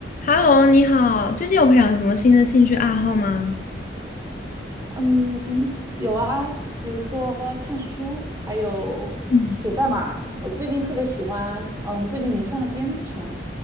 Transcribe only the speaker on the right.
嗯，有啊，比如说看书，还有写代码。
我最近特别喜欢，嗯，最近迷上了编程，